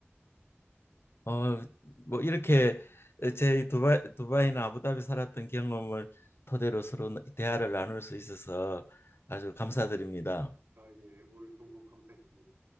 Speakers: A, on the left; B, on the right.
A: 어, 뭐 이렇게 제 두바이, 두바이나 아부다비 살았던 경험을 토대로 서로 대화를 나눌 수 있어서 아주 감사드립니다.
B: 아, 예, 오늘 정보 감사했습니다.